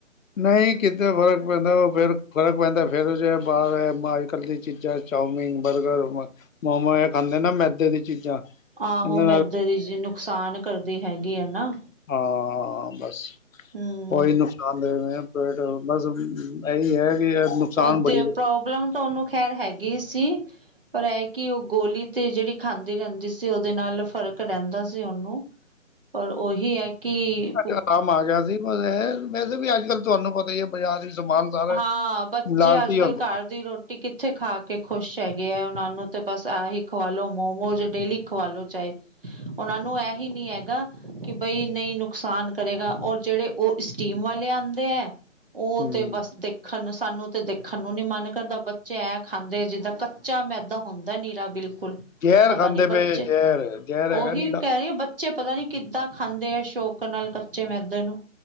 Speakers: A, on the left (about 75°); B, on the right (about 45°).
A: ਨਈ ਕਿਤੇ ਫਰਕ ਪੈਂਦੈ ਉਹ ਫੇਰ ਫਰਕ ਪੈਂਦੈ ਫੇਰ ਜੇ ਬਾਹਰ ਅੱਜ ਕੱਲ੍ਹ ਦੀ ਚੀਜ਼ਾਂ ਚਾਉਮੀਨ, ਬਰਗਰ, ਮੋਮੋ ਇਹ ਖਾਂਦੇ ਨਾ ਮੈਦੇ ਦੀ ਚੀਜ਼ਾਂ।
B: ਆਹੋ
A: ਇਹਨਾਂ
B: ਮੈਦੇ
A: ਨਾਲ
B: ਦੀ ਚੀਜ਼ ਨੁਕਸਾਨ ਕਰਦੀ ਹੈਗੀ ਐਂ ਨਾ।
A: ਹਾਂ ਬਸ।
B: ਹੂੰ।
A: ਓਈ ਨੁਕਸਾਨ ਦੇਗੇ ਪੇਟ ਬਸ ਇਹੀ ਹੈ ਕਿ ਨੁਕਸਾਨ
B: ਉਹਦੇ
A: ਬੜੀ
B: ਪ੍ਰੋਬਲਮ ਤੂਹਾਨੂੰ ਖੈਰ ਹੈਗੀ ਸੀ। ਪਰ ਇਹ ਕਿ ਉਹ ਗੋਲੀ ਤੇ ਜਿਹੜੀ ਖਾਂਦੀ ਰਹਿੰਦੀ ਸੀ ਉਹਦੇ ਨਾਲ ਫ਼ਰਕ ਰਹਿੰਦਾ ਸੀ ਉਹਨੂੰ। ਪਰ ਓਹੀ ਹੈ ਕਿ
A: ਆਰਾਮ ਆ ਗਿਆ ਸੀ ਬਸ ਇਹ ਵੈਸੇ ਵੀ ਅੱਜ ਕੱਲ ਤੁਹਾਨੂੰ ਪਤੈ ਬਾਜਾਰ ਦੇ ਵਿੱਚ ਸਮਾਨ ਸਾਰਾ
B: ਹਾਂ ਬੱਚੇ
A: ਮਿਲਾਵਟੀ
B: ਅੱਜ ਕੱਲ੍ਹ
A: ਹੋੰਦੈ।
B: ਘਰ ਦੀ ਰੋਟੀ ਕਿੱਥੇ ਖਾ ਕੇ ਖੁਸ਼ ਹੈਗੇ ਐ ਉਹਨਾਂ ਨੂੰ ਤੇ ਬਸ ਆਹੀ ਖਵਾ ਲੋ ਮੋਮੋਜ਼ ਡੇਲੀ ਖਵਾ ਲੋ ਚਾਹੇ। ਉਹਨਾ ਨੂੰ ਇਹੀ ਨੀ ਹੈਗਾ। ਕਿ ਬਈ ਨਈ ਨੁਕਸਾਨ ਕਰੇਗਾ ਔਰ ਜਿਹੜੇ ਉਹ ਸਟੀਮ ਵਾਲੇ ਆਂਦੇ ਐਂ। ਉਹ
A: ਹੂੰ
B: ਤੇ ਬਸ। ਦੇਖਣ ਨੂੰ ਸਾਨੂੰ ਤੇ ਦੇਖਣ ਨੂੰ ਨੀ ਮਨ ਕਰਦਾ, ਬੱਚੇ ਐ ਖਾਂਦੇ ਜਿੱਦਾਂ ਕੱਚਾ ਮੈਦਾ ਹੁੰਦੈ ਨੀਰਾ ਬਿਲਕੁਲ,
A: ਜ਼ਹਿਰ
B: ਪਤਾ
A: ਖਾਂਦੇ
B: ਨੀ
A: ਪਏ
B: ਬੱਚੇ
A: ਜ਼ਹਿਰ ਜ਼ਹਿਰ ਹੈਗਾ
B: ਉਹੀ
A: ਨੀਰਾ
B: ਕਹਿ ਰੀ ਬੱਚੇ ਬੱਚੇ ਪਤਾ ਨੀ ਕਿੱਦਾਂ ਖਾਂਦੇ ਐ, ਸ਼ੌਕ ਨਾਲ ਕੱਚੇ ਮੈਦੇ ਨੂੰ।